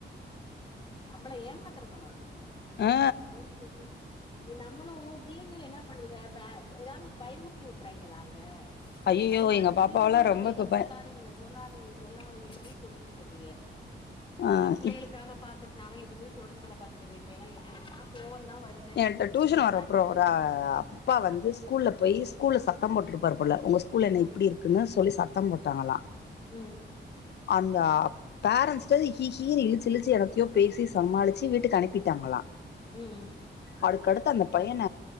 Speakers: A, on the left; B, on the left.
A: நம்மள ஏமாத்தறதான அப்டி
B: ஆ
A: ஏதாது சொல்லி எ நம்மளு பிள்ளைங்களு என்னா பண்ணுதுக பே ஏதாவது ஒரு பயமுர்த்தி வுட்றாங்கெளா அங்க
B: ஐயயோ
A: அதுனால
B: எங்க
A: பிள்ளைங்களு
B: பாப்பாவெல்லா
A: நம்ம
B: ரொம்ப
A: எதா
B: இப்ப ப
A: சொல்லாதீங்க சொல்லாதீங்க சொல்லாதீங்கனு சொல்லிட்டு இருக்குக
B: ஆ
A: நம்ம பிள்ளைகளுக்காக
B: இப்
A: பாத்துட் நாலா எதுவுமே சொல்றதுல்ல பாத்துக்கங்க இப்பயெல்லா <inaudible> ஆனா கோவந் தா வருது
B: ஏன்ட்ட டூஷன்
A: நீ
B: வரப்பறொம்
A: என்ன பண்றது
B: ஒர அப்பா வந்து ஸ்கூல்ல போயி ஸ்கூல்ல சத்தம் போட்ருப்பாரு போல உங்க ஸ்கூல என்ன
A: அ
B: இப்டி இருக்குன்னு சொல்லி சத்தம் போட் டாங்களா
A: ம்
B: அந்த பேரண்ட்ஸ்ட்டத இஹீஹீனு இழுச்சுஇழுச்சு என்னத்தையோ பேசி சமாளிச்சு வீட்டுக்கு அனுப்பிட்டாங்களா
A: ம்
B: அதுக்கடுத்து அந்த பையன